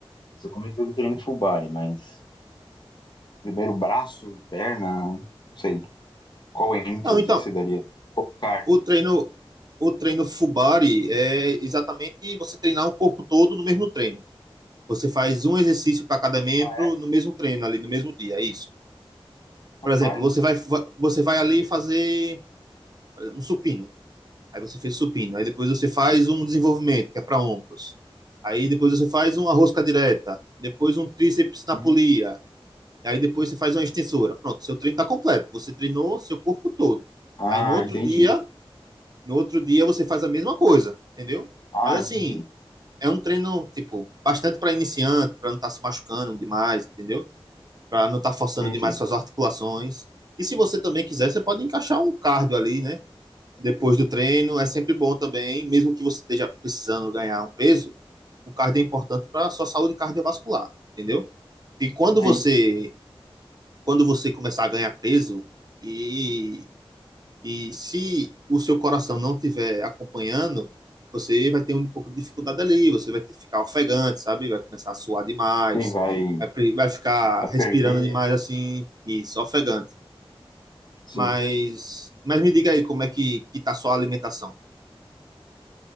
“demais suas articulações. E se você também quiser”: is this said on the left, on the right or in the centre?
Right